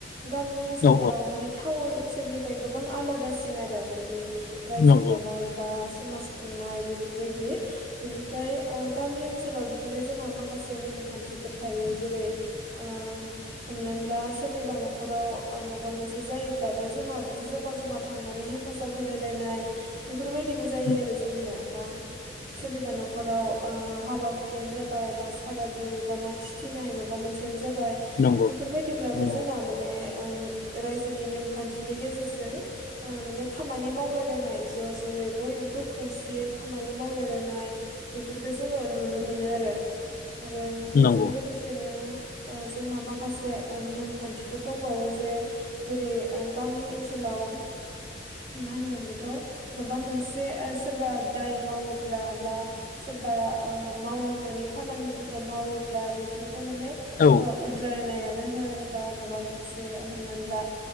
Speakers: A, on the right (about 45°); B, on the left (about 50°).
A: गामि ओनसोलाव
B: औ
A: माने ओनसोलनिफ्राय गोबां आलादासिन आरो बिदि
B: औ
A: रायजो जानाय
B: औ
A: बा समाज खुंनाय बेफोरबायदि बेनिफ्राय ओ गामि ओनसोलाव बिदिनो जोंहा माखासे नेमखान्थि बेफोर थायो जेरै ओ हमनानै ला सोरनिबा न'खराव माबा मोनसे जायोब्ला बो जोंहा बिदि जमा जमा थांनानै हेफाजाब होलायलायनाय बेफोर बायदिबो
B: नंगौ
A: आरो जोंनिया। बा सोरनिबा न'खराव ओ हाबा हुखायानो जाबाय बा सारादु बा मानसि थिनाय माबा मोनसेयानो जाबाय
B: नंगौ
A: बेफोरबायाददिब्लाबो जोंना
B: नंगौ
A: माने। ओ रायजोनि नेमखान्थिनि गेजेरजों। बा माने खामानि मावलायलायनाय ज' ज'यै बयबो। खौसेयै खामानि मावलायलायनाय बेफोरखौ जोङो नुनो मोनो आरो। आरो बेजों
B: नंगौ
A: लोगोसेनो ओ जोंहा माखासे नेमखान्थिफोर दंबावो जे जेरै गामि ओनसोलाव मा होनगोन बेखौ माबा मोनसे ओ सोरबा दाय मावोब्ला बा सोरबा ओ मावनो मोनै खामानिफोरखौ मावोब्ला बेफोरखौ माने
B: औ
A: ओ उद्रायनायानो होन बा माबा मोनसे हम'नानै ला